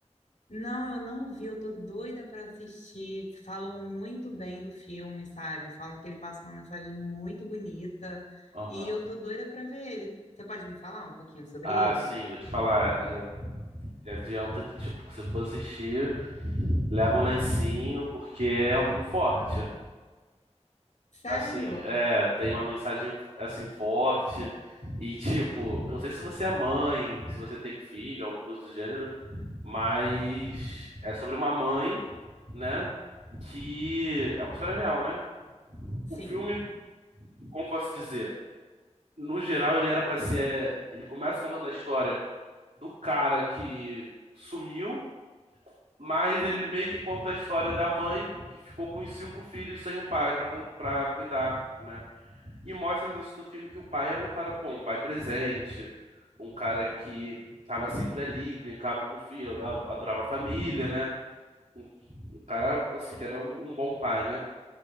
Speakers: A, on the left; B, on the right.
A: Não, eu não vi, eu tô doida para assistir. Falam muito bem do filme, sabe? Falam que ele passa uma mensagem muito bonita
B: Aham.
A: e eu tô doida para ver ele. Você pode me falar um pouquinho sobre
B: Ah,
A: ele?
B: sim, vou te falar. Já, já adianta que, tipo, se for assistir, leva um lencinho, porque é um filme forte.
A: Sério?
B: Assim, é, tem uma mensagem, assim, forte. E, tipo, eu não sei se você é mãe, se você tem filho, alguma coisa do gênero, mas é sobre uma mãe, né? Que é uma história real, né?
A: Sim.
B: O filme, como posso dizer? No geral, ele era pra ser. Ele começa contando a história do cara que sumiu mas ele meio que conta a história da mãe que ficou com os cinco filhos sem o pai pra con- pra cuidar, né? E mostra no início do filme que o pai era um cara, pô, um pai presente, um cara que tava sempre ali, brincava com o filho, ad- adorava a família, né? Um, um cara, assim, que era um, um bom pai, né?